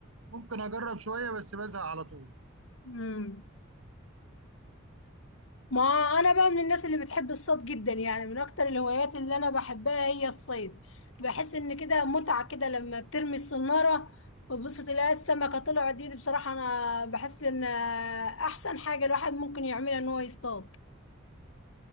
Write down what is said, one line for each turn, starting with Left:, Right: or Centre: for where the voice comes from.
Right: ممكن اجرب شويه بس بزهق على طول
Left: امم ما انا بقى من الناس اللي بتحب الصيد جدا يعني من اكتر الهوايات اللي انا بحبها هي الصيد بحس ان كده متعة كده لما بترمي الصنارة وتبص تلاقي السمكة طلعت دي, دي بصراحة انا بحس ان احسن حاجة الواحد ممكن يعملها ان هو يصطاد